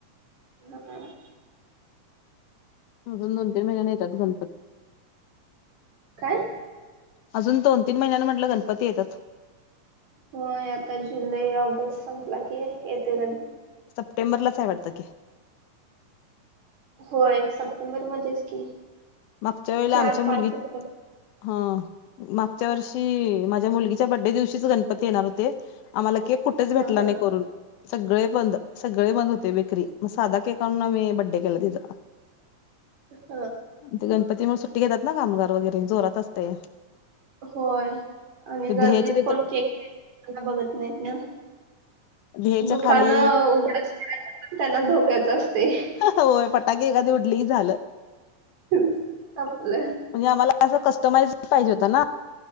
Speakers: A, on the right (about 60°); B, on the left (about 80°).
A: हम.
B: दून दोन तीन महिन्याने येतात गणपती
A: काय?
B: अजून दोन तीन महिन्यांनी म्हटलं गणपती येतात.
A: हो आता जुलै ऑगस्ट संपला की येते.
B: सप्टेंबरलाच आहे वाटतं की
A: होय सप्टेंबर मध्येच की
B: मागच्या वेळेला
A: चार
B: आमच्या
A: पाच
B: मुलगी
A: सप्टेंबर
B: हा. मागच्या वर्षी माझ्या मुलगीच्या बडडे दिवशीच गणपती येणार होते आम्हाला केक. कुठेच भेटला
A: हा हा
B: नाही करून सगळे बंद सगळे बंद होते बेकरी मग साधा केक आणूनम्ही बड्डे केला तिचां
A: ह.
B: ते गणपतीमुळे सुट्टी घेतात ना कामगार वगैरे जोरात असते.
A: होय. आणि गर्दीत
B: ध्येयच्या तिथं
A: कोण केक मला बघत नाहीत ना.
B: ध्येच्या
A: दुकानं
B: खाली.
A: उघडच पण त्यांना धोक्याच असते
B: होय फटाके एखादी उडलीही झालं.
A: संपलं.
B: म्हणजे आम्हाला असं कस्टमाइज पाहिजे होत ना.